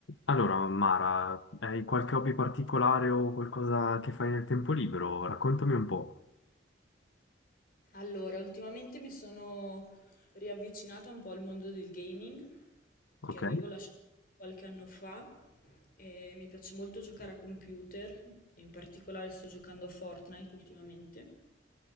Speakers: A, on the left; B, on the left.
A: Allora, Mara, hai qualche hobby particolare o qualcosa che fai nel tempo libero? Raccontami un po',
B: Allora, ultimamente mi sono riavvicinata un po' al mondo del gaming
A: ok?
B: che avevo lasciato qualche anno fa e mi piace molto giocare a computer, e in particolare sto giocando a Fortnite ultimamente.